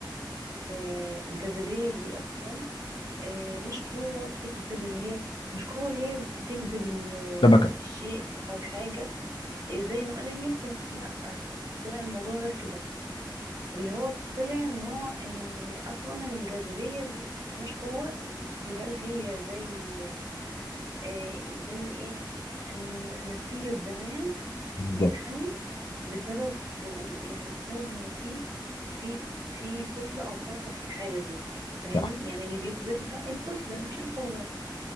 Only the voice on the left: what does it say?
شبكه
بالظبط
صح